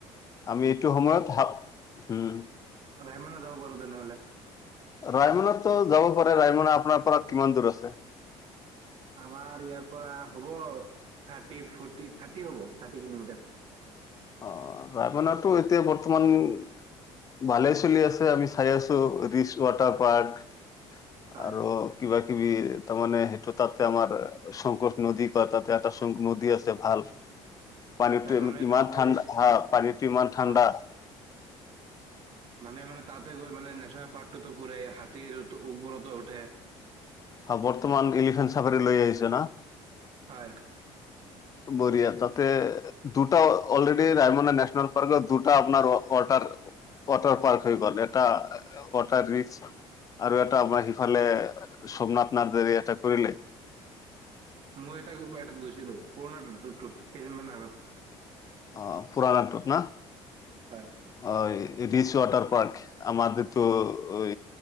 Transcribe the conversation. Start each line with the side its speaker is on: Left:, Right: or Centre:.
Left: আমি এইটো সময়ত হপ হম,
Right: ৰাইমনা যাব পাৰো তেনেহ'লে।
Left: ৰায়মনাতো যাব পাৰা যায় ৰায়মনা আপোনাৰ পৰা কিমান দূৰ আছে?
Right: আমাৰ ইয়াৰ পৰা হ'ব থাৰ্টি-ফৰ্টি থাৰ্টি হ'ব থাৰ্টি কিলোমিটাৰ।
Left: অ, ৰাইমনাটো এতিয়া বৰ্তমান ভালে চলি আছে আমি চাই আছো ৰিচ ৱাটাৰ পাৰ্ক,
Right: হয়
Left: আৰু কিবা কিবি তাৰমানে সেইটো তাতে আমাৰ শংকোচ নদী <unintelligible> তাতে এটা নদী আছে ভাল,
Right: <inaudible>
Left: পানীতো
Right: মানুহে
Left: ইমান
Right: তাত
Left: ঠাণ্ডা
Right: গৈ
Left: হা পানীতো ইমান ঠাণ্ডা।
Right: পা- মানে মানে তাতে গৈ মানে নেশ্যনেল পাৰ্কটোতো ফুৰে হাতীৰ উ ওৰ্বৰতো উঠে।
Left: হয় বৰ্তমান এলিফেণ্ট চাফাৰী লৈ আহিছে না?
Right: হয়।
Left: বঢ়িয়া তাতে দুটা অলৰেডি ৰাায়মনা নেশ্যনেল পাৰ্ক দুটা আপোনাৰ ৱাটাৰ ৱাটাৰ পাৰ্ক হৈ গ'ল এটা ৱাটাৰ ৰিচ, আৰু এটা আমাৰ সিফালে সোমনাথ নাৰ্জাৰী এটা কৰিলে।
Right: মই এটা এটাত গৈছিলোঁ পুৰণাতোত কেইদিনমান আগত।
Left: অ, পুৰাণাটোত না অ,
Right: হয়
Left: ৰিচ ৱাটাৰ পাৰ্ক আমাৰ <unintelligible> ঐ